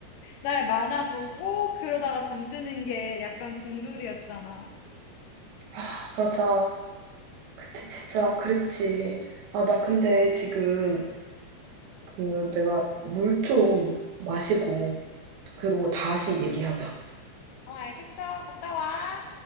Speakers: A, on the left; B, on the right.
A: 날 만화 보고 그러다가 잠드는 게 약간 국룰이었잖아.
B: 아, 맞아. 그때 진짜 그랬지. 아, 나 근데 지금 그 내가 물 좀 마시고 그러고 다시 얘기하자.
A: 어, 알겠어. 갔다 와.